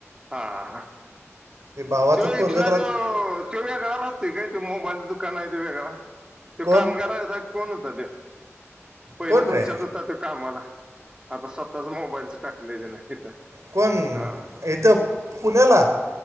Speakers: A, on the right (about 20°); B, on the right (about 85°).
A: हा, हा,
B: ते भावाचं
A: तो
B: पोरगत
A: इथला
B: राहत
A: तो तो वेगळा राहतोय ग, ते मोबाईल दुकान आहे ते वेगळा, तो
B: कोण
A: कामगारा होतका, कोण होता तो, पहिले
B: कोण
A: तुमच्यात
B: रे
A: होता तो, कामाला आता स्वतःच मोबाईलच टाकले, त्यान इथं.
B: कोण?
A: हा
B: इथं, पुण्याला!